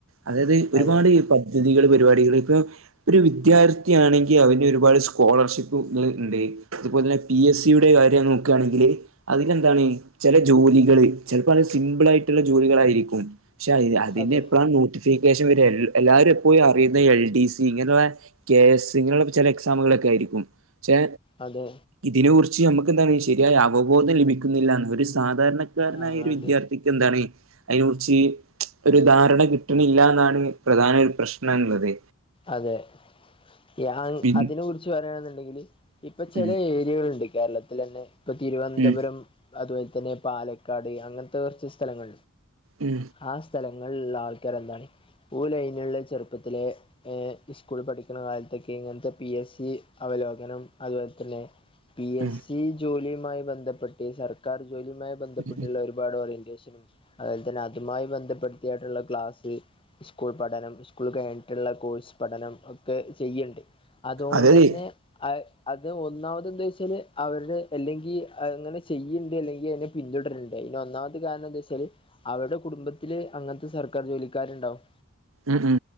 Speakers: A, on the right; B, on the left.
A: അതായത് ഒരുപാട്
B: അതെ
A: പ പദ്ധതികള്, പരിപാടികള് ഇപ്പൊ ഒരു വിദ്യാർത്ഥിയാണെങ്കി അവന് ഒരുപാട് സ്കോളർഷി പ്പുകൾ ഇണ്ട് അതുപോലെ തന്നെ പി എസ് സിയുടെ കാര്യം നോക്കാണെങ്കില് അതിലെന്താണ് ചെല ജോലികള് ചെൽപ്പോ അത് സിമ്പിളായിട്ടുള്ള ജോലികളായിരിക്കും. ഷേ അത് അതിന്
B: അതെ
A: എപ്പ്ളാ നോട്ടിഫിക്കേഷൻ വര എ എല്ലാരും എപ്പോഴും അറിയുന്ന എൽ ഡി സി ഇങ്ങനെയുള്ള കെ എസ് ഇങ്ങനെയുള്ള ചെല എക്സാമുകളൊക്കെ ആയിരിക്കും ഷേ
B: അതെ
A: ഇതിനെ കുറിച്ച് നമ്മക്ക് എന്താണ് ശരിയായ അവബോധം ലഭിക്കുന്നില്ലാന്ന്. ഒര് സാധാരണക്കാരനായ
B: ആ
A: ഒരു
B: അതെ
A: വിദ്യാർ ത്തിക്കെന്താണ് അയിനെ കുറിച്ച് ഒരു ധാരണ കിട്ടണില്ല എന്നതാണ് പ്രധാന ഒരു പ്രശ്നമുള്ളത്
B: അതെ ഞാൻ
A: പിൻ
B: അതിനെ കുറിച്ച് പറയാണെന്നുണ്ടെങ്കില് ഇപ്പൊ ചില
A: ഉം
B: ഏരിയകളുണ്ട് കേരളത്തിൽ തന്നെ ഇപ്പൊ തിരുവനന്തപുരം
A: ഉം
B: അതുപോലെ തന്നെ പാലക്കാട് അങ്ങനത്തെ കുറച്ച് സ്ഥലങ്ങ
A: ഉം
B: ആ സ്ഥലങ്ങളില് ഉള്ള ആൾക്കാർ എന്താണ് <unintelligible> ലൈനുള്ള ചെറുപ്പത്തിലെ സ്കൂളിൽ പഠിക്കണ കാലത്തൊക്കെ ഇങ്ങനത്തെ പി എസ് സി അവലോകനം അതുപോലെ തന്നെ പി
A: ഉം
B: എസ് സി ജോലിയുമായി ബന്ധപ്പെട്ട്, സർക്കാർ ജോലിയുമായി ബന്ധപ്പെട്ട്ള്ള
A: ഉം
B: ഒര് പാട് ഓറിയെന്റെഷൻ അത്പോലെ തന്നെ അതുമായി ബന്ധപ്പെടുത്തിയായിട്ട്ള്ള ക്ലാസ്സ്, സ്കൂൾ പഠനം, സ്കൂൾ കഴിഞ്ഞിട്ട്ള്ള കോഴ്സ് പഠനം ഒക്കെ ചെയ്യ്ണ്ട് അതോണ്ടെന്നെ
A: അതെ
B: അത് അത് ഒന്നാമത് എന്താച്ചാല് അവര് അല്ലെങ്കി അങ്ങനെ ചെയ്യ്ണ്ട് അല്ലെങ്കി അതിൻ്റെ പിന്തുടര്ണ്ട് ഐന് ഒന്നാമത്തെ കാരണം എന്താ വെച്ചാല് അവരുടെ കുടുംബത്തില് അങ്ങൻത്തെ സർക്കാർ ജോലിക്കാര്ണ്ടാവും.
A: ഉം ഉം